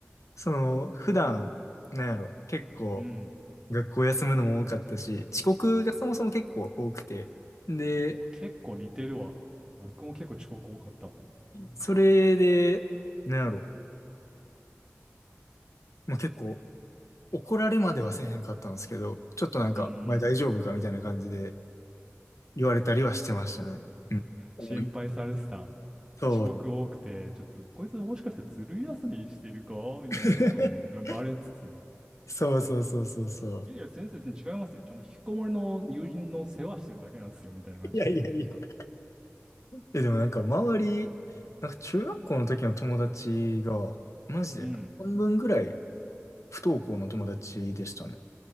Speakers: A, on the left; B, on the right.
A: その、普段、なんやろ、結構、
B: うん。
A: 学校休むのも多かったし、遅刻がそもそも結構多くて、で、
B: あ結構似てるわ。僕も結構遅刻多かったも
A: それで、なんやろ、まあ、結構、怒られまではせえへんかったんですけど、ちょっとなんか、
B: ん。うんうん。
A: お前大丈夫かみたいな感じで言われたりはしてましたね。うん。重い。
B: 心配されてた。
A: そう。
B: 遅刻多くて、ちょっとこいつもしかしてずる休みしてるかみたいなことをでバレつつ。
A: <laughs> そうそうそうそうそう。
B: いやいや、先生、全然違いますよ。ちゃんと引きこもりの友人の世話してるだけなんですよ、みたいな感じで。
A: いやいやいや。え、でもなんか周り、なんか中学校の時の友達が、マジで半分ぐらい
B: うん。
A: 不登校の友達でしたね。